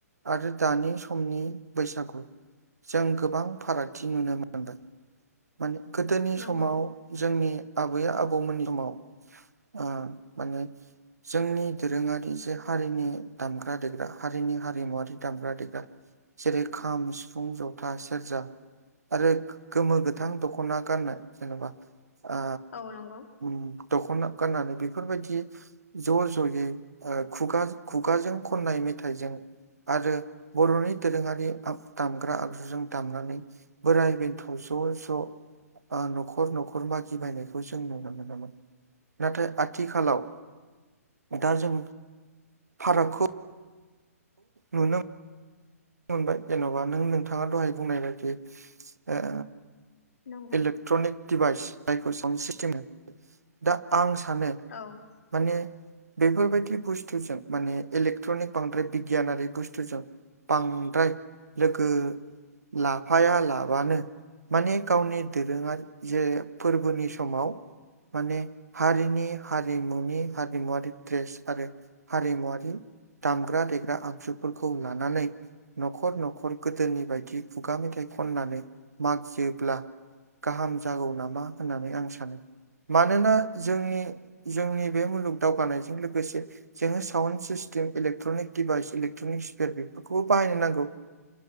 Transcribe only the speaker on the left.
नंगौ
औ नंगौ
नंगौ
औ